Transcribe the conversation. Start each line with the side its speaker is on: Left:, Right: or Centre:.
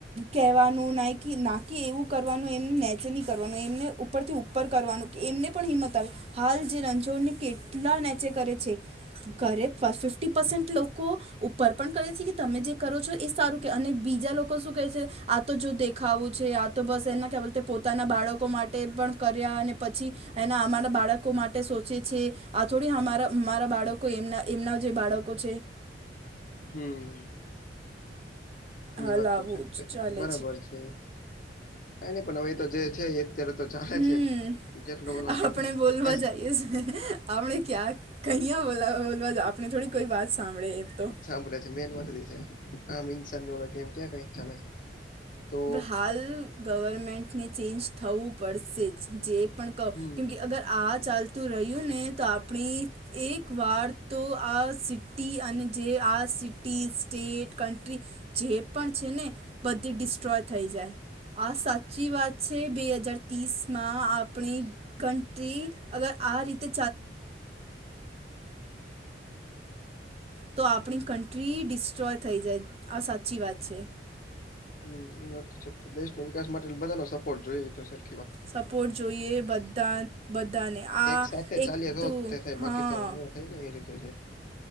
Right: કેવાનું ના નાકી એવું કરવાનું એમને નેચેની કરવાનું એમને ઉપરથી ઉપર કરવાનું, એમને પણ હિંમત આવે. હાલ જે રણઝોડને કેટલા નેચે કરે છે. ઘરે ફિફ્ટી પરસેન્ટ લોકો. ઉપર પણ કરે છે કે તમે જે કરો છો એ સારું કે અને બીજા લોકો શું કેહે છે. તો જો દેખાવું છે આ તો બસ એના કહે બલતે પોતાના બાળકો માટે પણ કર્યા અને પછી. એના અમારા બાળકો માટે સોચે છે. આ થોડી અમારા, અમારા બાળકો એમના એમના જે બાળકો છે?
Left: હમ. ની
Right: હા
Left: વાત
Right: લાવવું
Left: તો છે
Right: જ ચાલે
Left: બરાબર છે. કઈ નઈ પણ અવે તો જે છે. અત્યારે તો ચાલે
Right: હમ
Left: છે જેટલો બધો
Right: આપણે
Left: કેમ
Right: બોલવા
Left: થાય છે.
Right: જઈએ છે આપણે ક્યાં કહીયા બો બોલવા આપણે થોડી કોઈ વાત સાંભળે એ તો
Left: સાંભળે છે. મેન વાત છે, આમ ઇન્સાનની ઓળખ એમ ક્યાં કઈ ચાલે છે. તો
Right: હાલ, ગવર્મેન્ટને ચેન્જ થવું પડશે જ. જે પણ કહો
Left: હમ
Right: કેમ કે અગર આ ચાલતું રહ્યું ને તો આપણી એક વાર તો આ સિટી અને જે આ સિટી સ્ટેટ કન્ટ્રી જે પણ છે ને બધી ડિ ડ્રો થઈ જાય. આ સાચી વાત છે. બે હજાર પીસમાં આપણી કન્ટન્ટ્રી અગર આ રીતે તો આપણી કન્ટ્રી ડિસ્ટ્રોય થઈ જાય આ સાચી વાત છે.
Left: હમ એ વાત તો છે દેશનો વિકાસ માટે બધાનો સપોર્ટ જોઈએ તો સર.
Right: સપોર્ટ જોઈએ બધા બધાને. આ
Left: એક સાથે
Right: એક
Left: ચા રોજ
Right: તો
Left: તે થાય
Right: હા
Left: બાકી તો ન થાય ને એ રીતે છે.